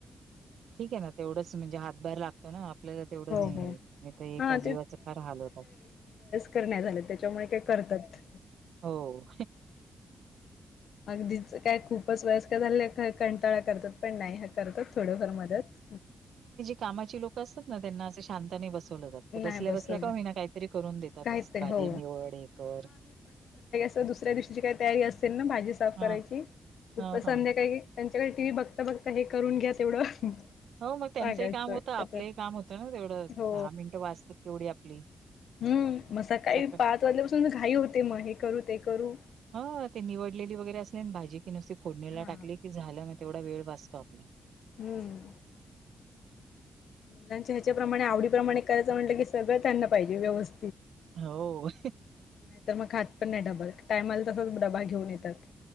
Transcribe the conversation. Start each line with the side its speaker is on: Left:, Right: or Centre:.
Right: ठीक आहे नां तेवढंच म्हणजे हातभार लागतो. नां आपल्याला तेवढं
Left: हो
Right: नाहीं
Left: हो
Right: नाहीं तरं एकां
Left: हा
Right: जीवांचे फांर हांल होतांत
Left: करण्यां झालं त्यांच्यामुळे कायं ते करतांत
Right: हो
Left: अगदींच कायं खूपचं वयस्कंर झाले कंटाळा करतांत पणं नाहीं हां करतांत थोडंफार मंदत
Right: कामांची लोकं असतांत नां त्यांना असे शांताने नाहीं बसवलं जातं ते
Left: नाही
Right: बसल्यां
Left: बसवलं
Right: बसल्यां कायं होईना कांहींतरी करूंन देतांतच
Left: काहीतरी
Right: भाजी
Left: हो
Right: निवड हे करं
Left: दुसऱ्यां दिवशीची कांहीं तयारी असेल नां भाजी साफ
Right: हां,
Left: करायचीप
Right: हां, हां.
Left: संध्याकाळी त्यांच्याकडे टी व्ही बघतां बघतां हे करूंन घ्या तेवढं
Right: हो मंग
Left: सांगायचं
Right: त्यांचंही कामं होतं आपलंही
Left: का तर
Right: कामं होतं नां तेवढं
Left: हो
Right: दहा मिनटं वाचतांत तेवढी आपली
Left: हम्मं मं सकाळीं
Right: सक
Left: पांच वाजल्यांपासून तरं घाई होते मंग हे करूं ते करूं
Right: हं ते निवडलेली वगैरें असले भाजी की नुसती फोडणीला
Left: हा
Right: टाकली की झालं मंग तेवढा वेळं वाचतो आपलां.
Left: हम्मं. त्यांच्या ह्यांच्यावर हां आवडी प्रमाणे कराचं म्हटलं की सगळं त्यांनां पाहिजे व्यवस्थित.
Right: हो.
Left: नाहीं तरं मंग खातं पणं नाहीं डब्बा टायमांला तसंच डब्बा घेऊन येतांत